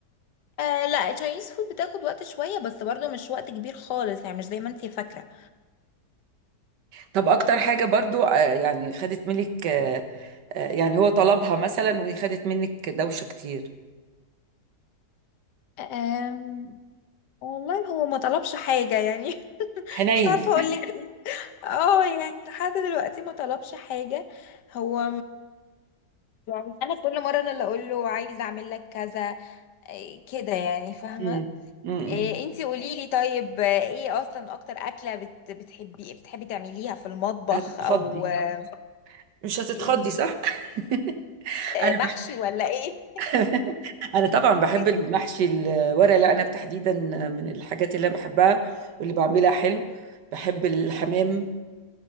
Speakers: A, on the left; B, on the right.
A: آه لا التشاينيز فود بتاخد وقت شوية بس برضو مش وقت كبير خالص يعني مش زي ما انتي فاكرة
B: طب اكتر حاجه برضو آه، يعني خدت منك آه، آه، يعني هو طلبها مثلا وهي خدت منك دوشه كتير
A: آم... والله هو ما طلبش حاجة يعني <laughs>
B: حنين
A: مش عارفة اقول لك ايه اه يعني لحد دلوقتي ما طلبش حاجة هو يعني انا كل مره انا اللي اقول له عايزه اعمل لك كذا إيه كده يعني فاهمه
B: مم. مم.
A: إيه انتي قولي لي طيب آه، ايه اصلا اكتر اكله بت بتحبي بتحبي تعمليها في المطبخ
B: هتتخضي
A: او آه،
B: مش هتتخضي
A: ايه
B: صح <laughs>
A: آه،
B: انا
A: محشي ولا ايه
B: بح- انا طبعا بحب
A: <laughs>
B: المحشي الورق العنب تحديدا آه، من الحاجات اللي انا بحبها واللي بعملها حلو بحب الحمام